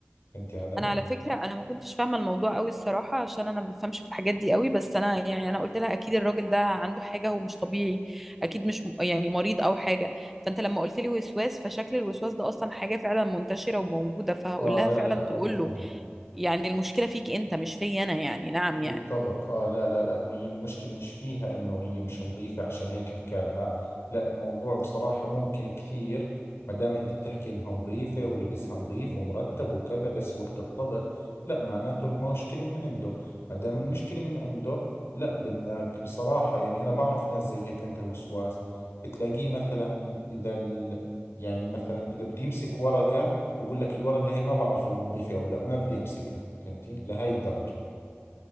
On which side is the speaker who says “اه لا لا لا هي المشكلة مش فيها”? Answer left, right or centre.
Left